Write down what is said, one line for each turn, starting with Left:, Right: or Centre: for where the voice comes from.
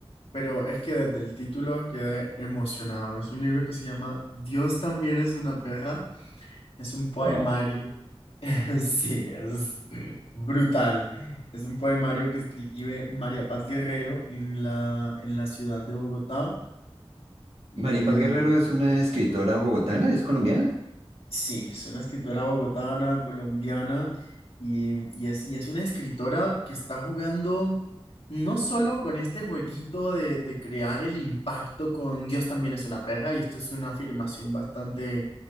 Left: pero es que desde el título quedé emocionado. Es un libro que se llama Dios también es una perra. Es un poemario.
Right: Wow.
Left: <laughs> Sí, es brutal. Es un poemario que escribe María Paz Guerrero en la, en la ciudad de Bogotá. y
Right: María Paz
Left: mm,
Right: Guerrero es una escritora bogotana, ¿es colombiana?
Left: Sí, es una escritora bogotana, colombiana, y, y es, y es una escritora que está jugando no solo con este jueguito de, de crear el impacto con Dios también es una perra, y esto es una afirmación bastante,